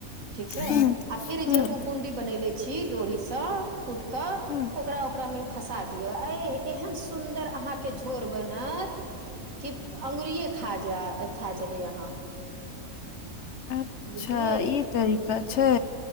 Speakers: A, on the right; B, on the left.
A: ठीक छै
B: हूँ
A: आ फेर
B: हूँ
A: जे ओ बुडी बनैले छी लोढ़ीसँ कूटकऽ
B: हूँ
A: ओकरा ओकरा मे खसा दियौ ए एहन सुन्दर अहाँ के झोर बनत कि अंगुरए खा खा जेबै अहाँ
B: अच्छा
A: बुझलियै
B: ई तरीका छै